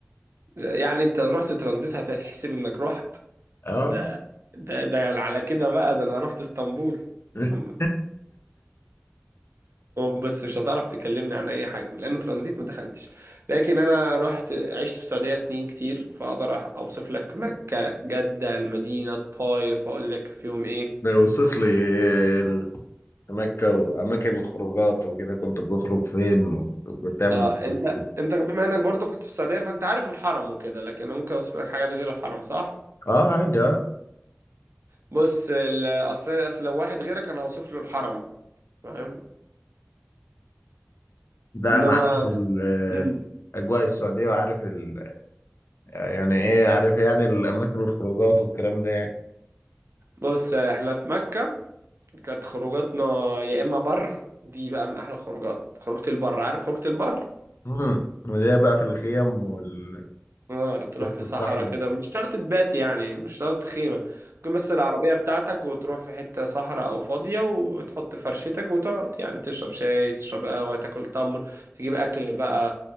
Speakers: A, on the right (about 80°); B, on the left (about 75°).
A: يعني انت رحت ترانزيت هتحسب انك رحت
B: اه
A: ده ده ده يعني على كده بقى ده انا رحت اسطنبول
B: <laughs>
A: أنا- بس مش هتعرف تكلمني عن اي حاجه لان ترانزيت ما دخلتش لكن انا رحت عشت في السعوديه سنين كتير فاقدر أح- اوصف لك مكه جده المدينه الطائف اقول لك فيهم ايه
B: ده يوصف لي ال- مكة وأماكن الخروجات وكده كنت بتخرج فين وت- وتعمل
A: اه انت
B: ايه
A: انت بما انك برضو كنت في السعوديه فانت عارف الحرم وكده لكن انا ممكن اوصف لك حاجات غير الحرم صح
B: اه عادي اه
A: بص ال- اصل اصل لو واحد غيرك انا هوصف له الحرم فاهم
B: ده
A: انما
B: أنا عارف ال-
A: مم.
B: أجواء السعودية وعارف ال... يعني إيه عارف يعني الأماكن الخروجات والكلام ده يعني
A: بص احنا في مكه كانت خروجاتنا يا اما بر دي بقى من احلى الخروجات خروجة البر عارف خروجة البر
B: مم. وليه بقى في الخيم ووسط
A: اه تروح في صحراء
B: الصحراء
A: كده مش شرط تبات يعني مش شرط خيمة ممكن بس العربية بتاعتك وتروح في حتة صحراء او فاضية وتحط فرشتك وتقعد يعني تشرب شاي تشرب قهوة تاكل تمر تجيب اكل بقى